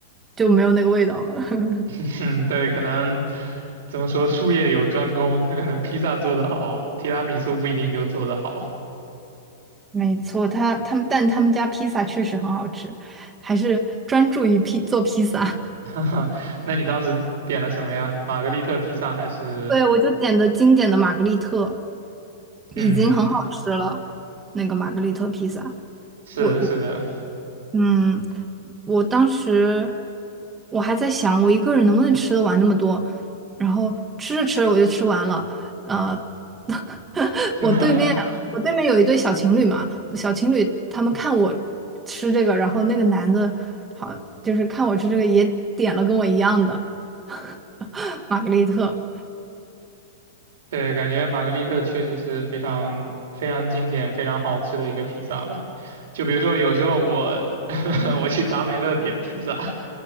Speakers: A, on the right (about 20°); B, on the right (about 75°).
A: 就没有那个味道了。<laughs>
B: <laughs> 嗯，对，可能怎么说，术业有专攻，他可能披萨做得好，提拉米苏不一定就做得好。
A: 没错，他他们但他们家披萨确实很好吃，还是专注于披做披萨。
B: <laughs> 哈哈，那你当时点了什么呀？玛格丽特披萨还是？
A: <laughs> 对，我就点的经典的玛格丽特，
B: 嗯，
A: 已经很好吃了，那个玛格丽特披萨。
B: 是的，
A: 我我
B: 是的。
A: 嗯，我当时我还在想，我一个人能不能吃得完那么多，然后吃着吃着我就吃完了。呃，<laughs>
B: <laughs>
A: 我对面我对面有一对小情侣嘛，小情侣他们看我吃这个，然后那个男的好就是看我吃这个也点了跟我一样的 <laughs> 玛格丽特，
B: 对，感觉玛格丽特确实是非常非常经典、非常好吃的一个披萨吧。就比如说，有时候我 <laughs> 我去达美乐点披萨，